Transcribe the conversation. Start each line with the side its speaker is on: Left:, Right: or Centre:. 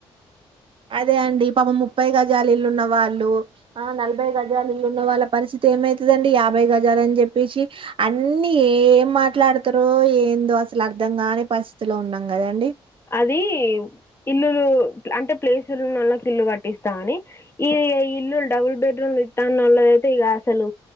Right: అదే అండి పాపం ముప్పై గజాలు ఇల్లున్న వాళ్ళు, ఆ నలభై గజాలు ఇల్లున్న వాళ్ళ పరిస్థితి ఏమైతదండి యాభై గజాలని చెప్పేసి అన్ని ఏం మాట్లాడతరో ఏందో అసలు అర్ధం కానీ పరిస్థితిలో ఉన్నాం కదండి.
Left: అది ఇల్లులు అంటే ప్లేసులు ఉన్నోళ్ళకి ఇల్లు కట్టిస్తామని ఇ ఇల్లు డబుల్ బెడ్రూమ్లు ఇత్తన్నోళ్లదయితే ఇగ అసలు